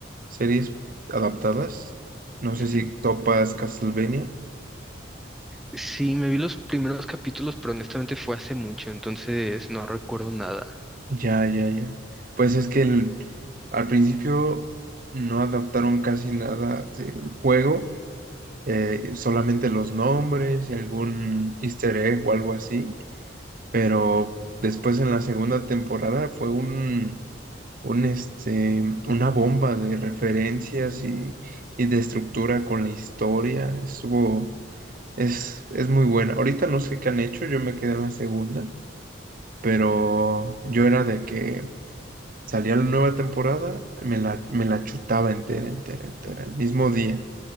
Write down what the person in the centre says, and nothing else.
Ujú.
Sí, me vi los primeros capítulos, pero honestamente fue hace mucho, entonces no recuerdo nada.